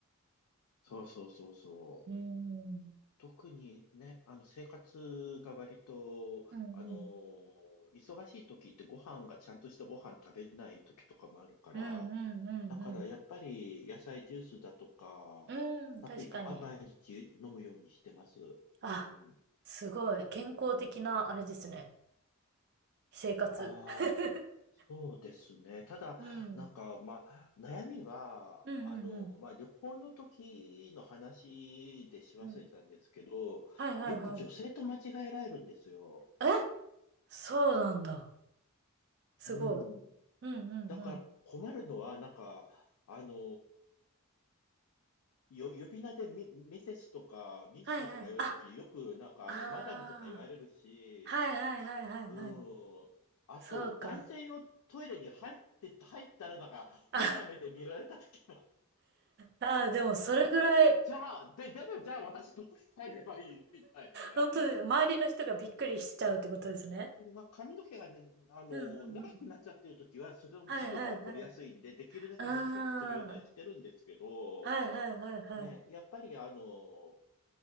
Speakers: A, on the left (about 85°); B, on the right (about 45°).
A: そうそうそうそう。
B: うーん。
A: 特にね、あの生活が割と、
B: うんうん。
A: あのー忙しい時ってご飯がちゃんとしたご飯食べない時とかもあるから、
B: うんうんうんう
A: だからやっぱり野菜ジュースだとか、
B: ん。うん、
A: サプリとか毎日飲むようにしてます。
B: 確かに。あ、
A: うん。
B: すごい。健康的な、あれですね。生活。
A: あ
B: <laughs>
A: そうですね。ただ、
B: うん。
A: なんか、まあ、悩みは、
B: うんうんうん。
A: あの、まあ、旅行の時の話でし忘れたんですけど、
B: うん。はいはいはい。
A: よく女性と間違えられるんですよ。
B: えそうなんだ。すごい。
A: うん。
B: うんうんうん。
A: だから困るのは、なんか、あの、よ、呼び名でミ、ミセスとか、ミスターとか言われるとき、
B: はいはい。あ、
A: よく、なんか、
B: あ
A: あの、マダムとか言われるし、
B: あ。はいはいはいはいはい。
A: うん。あと、
B: そうか。
A: 男性用トイレに入って、入ったら、なんか、
B: あ、
A: 変な目で見られた時
B: あー、でもそれぐらい、
A: じゃあ、で、でもじゃあ私どう入ればいいのみたいなね。
B: 本当に周りの人がびっくりしちゃうってことですね。
A: まあ、髪の毛がね、あの、
B: うんうんうん。
A: 長くなっちゃってるときは、それの事故が起こりやすいんで、
B: はいはいはい。
A: できるだけ短くするようにはしてるんですけど、
B: ああ。はいはいはいはい。
A: ね、やっぱりあの、